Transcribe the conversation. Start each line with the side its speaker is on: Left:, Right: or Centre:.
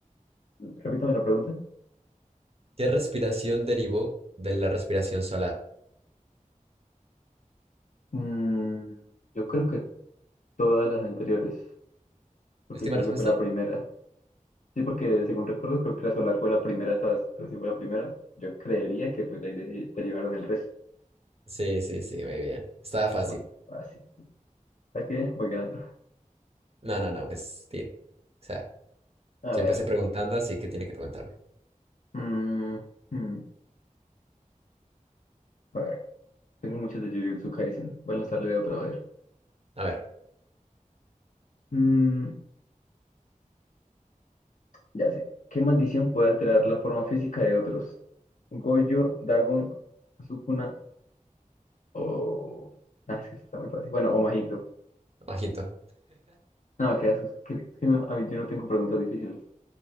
Left: repítame la pregunta.
Right: ¿Qué respiración derivó de la respiración solar?
Left: Mm, yo creo que todas las anteriores, porque
Right: Última
Left: creo
Right: respuesta.
Left: que fue la primera. Sí, porque según recuerdo, creo que la solar fue la primera de todas. Entonces, si fue la primera, yo creería que pues de ahí de- derivaron el resto.
Right: Sí, sí, sí, muy bien. Estaba fácil.
Left: Muy fácil. ¿Sabes qué? Voy ganando.
Right: No, no, no, pues bien. O sea,
Left: A
Right: ya
Left: ver.
Right: empecé preguntando, así que tiene que preguntarme.
Left: Mm, mm, a ver. Tengo muchas de Jujutsu Kaisen. Voy a lanzarle de otra vez.
Right: A ver,
Left: Mm, ya sé. ¿Qué maldición puede alterar la forma física de otros? Gojo, Dagon, Sukuna o... Ah, es que está muy fácil. Bueno, o Majito.
Right: bajito.
Left: No, qué asco. Es que, es que no- a mí yo no tengo preguntas difíciles.